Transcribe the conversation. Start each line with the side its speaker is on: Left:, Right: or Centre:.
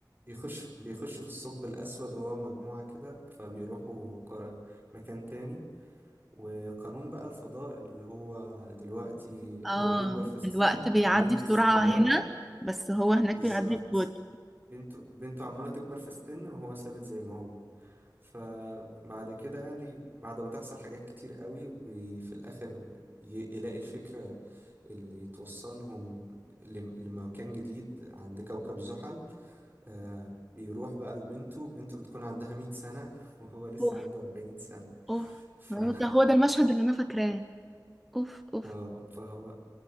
Right: يخش بيخش في الثقب الأسود هو مجموعة كده فبيروحوا ق- مكان تاني وقانون بقى الفضاء اللي هو دلوقتي
Centre: اه
Right: هو بيكبر في السن
Centre: الوقت بيعدي
Right: وبنته
Centre: بسرعة
Right: الصغيرة
Centre: هنا بس هو هناك
Right: بالظبط
Centre: بيعدي ببطء
Right: بنته بنته عمالة تكبر في السن وهو ثابت زي ما هو فبعد كده يعني بعد ما تحصل حاجات كتير قوي وفي الآخر ي- يلاقي الفكرة اللي يتوصلهم لم- لمكان جديد عند كوكب زحل آه بيروح بقى لبنته بنته بتكون عندها 100 سنة <laughs> وهو لسه
Centre: اوف
Right: عنده 40 سنة
Centre: اوف
Right: ف
Centre: هو ده هو ده المشهد اللي أنا فاكراه اوف
Right: <laughs>
Centre: اوف
Right: اه فهو